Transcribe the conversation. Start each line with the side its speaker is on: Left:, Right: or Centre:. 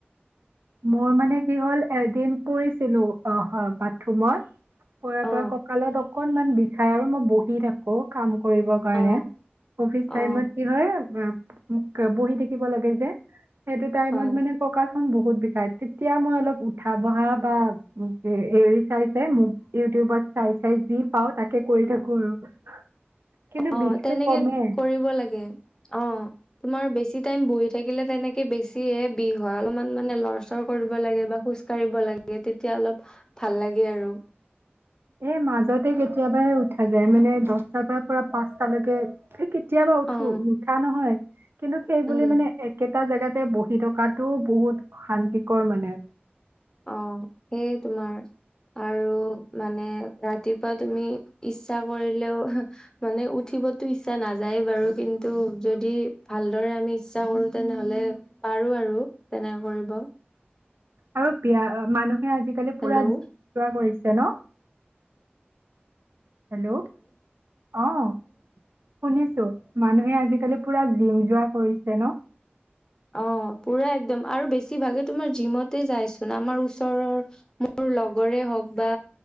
Right: মোৰ মানে কি হ'ল, এদিন পৰিছিলোঁ অহ, হ, বাথৰুমত পৰাৰ
Left: অ
Right: পৰা কঁকালত অকণমান বিষাই আৰু মই বহি থাকোঁ, কাম কৰিব কাৰণে,
Left: অ
Right: অফিছ টাইমত
Left: অ
Right: কি হয়, এ, মোক বহি থাক কিব, লাগে যে, সেইটো টাইমত
Left: হয়
Right: মানে কঁকালখন বহুত বিষাই, তেতিয়া মই অলপ উঠা, বহা বা এৰি চাই, চাই মোব-ইউটিউবত চাই, চাই যি পাওঁ তাকে, কৰি থাকোঁ আৰু। কিন্তু
Left: অ',
Right: বিষটো
Left: তেনেকে
Right: কমে
Left: কৰিব লাগে, অ' তোমাৰ বেছি টাইম বহি থাকিলে তেনেকে বেছিহে বিষ হয়, অলপমান মানে লৰচৰ কৰিব লাগে বা খোজ কাঢ়িব লাগে, তেতিয়া অলপ ভাল লাগে আৰু।
Right: এ, মাজতে কেতিয়াবাই উঠা যায়, মানে দচটাৰ পৰা পুৰা পাঁচটালৈকে, এই কেত তিয়াবা, উঠোঁ,
Left: অ
Right: নুঠা নহয়, কিন্তু সেইবুলি
Left: উম
Right: মানে একে টা, জেগাতে বহি থকাটো বহুত অশান্তিকৰ মানে।
Left: অ', সেয়ে তোমাৰ আৰু মানে ৰাতিপুৱা তুমি ইচ্ছা কৰিলেও মানে উঠিবতো ইচ্ছা নাযায়ে বাৰু, কিন্তু যদি ভালদৰে আমি ইচ্ছা কৰোঁ, তেনেহ'লে পাৰোঁ আৰু তেনেকে কৰিব।
Right: আৰু বিয়া মানুহে আজিকালি পুৰা
Left: হেল্ল'
Right: <unintelligible> কৰিছে ন? হেল্ল'! অ' শুনিছোঁ, মানুহে আজিকালি পুৰা জিম যোৱা কৰিছে ন?
Left: অ', পুৰা একদম আৰু বেছিভাগে তোমাৰ জিমতে যায়চোন আমাৰ ওচৰৰ মোৰ লগৰে হওঁক বা